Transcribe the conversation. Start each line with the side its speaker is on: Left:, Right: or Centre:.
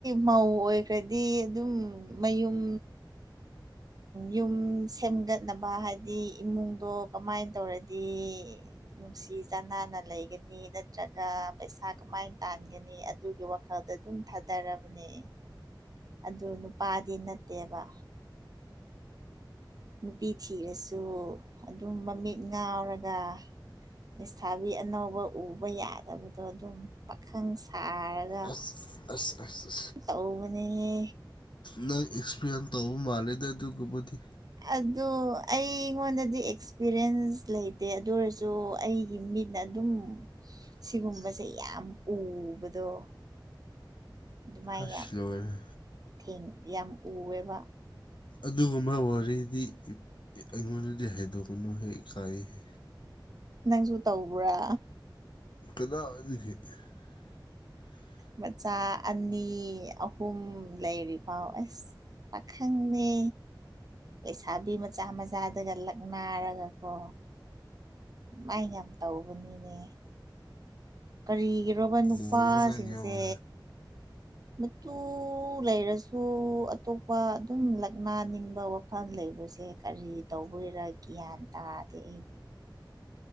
Right: ꯃꯧ ꯑꯣꯏꯈ꯭ꯔꯗꯤ ꯑꯗꯨꯝ ꯃꯌꯨꯝ ꯌꯨꯝ ꯁꯦꯝꯒꯠꯅꯕ ꯍꯥꯏꯗꯤ ꯏꯃꯨꯡꯗꯣ ꯀꯃꯥꯏꯟ ꯇꯧꯔꯗꯤ꯫ ꯅꯨꯡꯁꯤ ꯆꯥꯟꯅꯅ ꯂꯩꯒꯅꯤ ꯅꯠꯇ꯭ꯔꯒ ꯄꯩꯁꯥ ꯀꯃꯥꯏꯅ ꯇꯥꯟꯒꯅꯤ꯫ ꯑꯗꯨꯒꯤ ꯋꯥꯈꯜꯗ ꯑꯗꯨꯝ ꯊꯥꯗꯔꯕꯅꯦ꫰꫰ ꯑꯗꯨ ꯅꯨꯄꯥꯗꯤ ꯅꯠꯇꯦꯕ꯫ ꯅꯨꯄꯤ ꯊꯤꯔꯁꯨ ꯑꯗꯨꯝ ꯃꯃꯤꯠ ꯉꯥꯎꯔꯒ ꯂꯩꯁꯥꯕꯤ ꯑꯅꯧꯕ ꯎꯕ ꯌꯥꯗꯕꯗꯣ ꯑꯗꯨꯝ ꯄꯥꯈꯪ ꯁꯥꯔꯒ
Left: ꯑꯁ ꯑꯁ ꯑꯁ
Right: ꯇꯧꯕꯅꯦꯍꯦ
Left: ꯅꯣꯏ ꯑꯦꯛꯁꯄꯔꯦꯟ ꯇꯧꯕ ꯃꯥꯜꯂꯦꯗ ꯑꯗꯨꯒꯨꯝꯕꯗꯤ꯫
Right: ꯑꯗꯨ ꯑꯩꯉꯣꯟꯗꯗꯤ ꯑꯦꯛꯁꯄꯤꯔꯤꯟꯁ ꯂꯩꯇꯦ ꯑꯗꯨ ꯑꯣꯏꯔꯁꯨ ꯑꯩꯒꯤ ꯃꯤꯠ ꯅ ꯑꯗꯨꯝ ꯁꯤꯒꯨꯝꯕꯁꯦ ꯌꯥꯝ ꯎꯕꯗꯣ꯫ ꯑꯗꯨꯃꯥꯏꯅ
Left: ꯑꯁ
Right: ꯌꯥꯝ
Left: ꯂꯣꯏꯔꯦ
Right: ꯊꯦꯡ ꯌꯥꯝ ꯎꯋꯦꯕ꯫
Left: ꯑꯗꯨꯒꯨꯝꯕ ꯋꯥꯔꯤꯗꯤ ꯑꯩꯉꯣꯟꯗꯗꯤ ꯍꯥꯏꯗꯣꯛꯀꯅꯨꯍꯦ ꯏꯀꯥꯏꯍꯦ꯫
Right: ꯅꯪꯁꯨ ꯇꯧꯕ꯭ꯔꯥ꯫
Left: ꯀꯅꯥꯗꯒꯤ꯫ <unintelligible>
Right: ꯃꯆꯥ ꯑꯅꯤ ꯑꯍꯨꯝ ꯂꯩꯔꯤꯐꯥꯎ ꯑꯦꯁ꯫ ꯄꯥꯈꯪꯅꯦ꯫ ꯂꯩꯁꯥꯕꯤ ꯃꯆꯥ ꯃꯆꯥꯗꯒ ꯂꯛꯅꯔꯒꯀꯣ꯫ ꯃꯥꯏ ꯌꯥꯝ ꯇꯧꯕꯅꯤꯅꯦ꯫ ꯀꯔꯤꯒꯤꯔꯣꯕ ꯅꯨꯄꯥꯁꯤꯡꯁꯦ꯫
Left: ꯂꯣꯏꯔꯦ ꯅꯪꯒꯤ ꯋꯥ
Right: ꯃꯇꯨ ꯂꯩꯔꯁꯨ ꯑꯇꯣꯞꯄ ꯑꯗꯨꯝ ꯂꯛꯅꯅꯤꯡꯕ ꯋꯥ ꯈꯥꯜ ꯂꯩꯕꯁꯦ ꯀꯔꯤ ꯇꯧꯕꯒꯤꯔ ꯒ꯭ꯌꯥꯟ ꯇꯥꯗꯦ ꯑꯩ꯫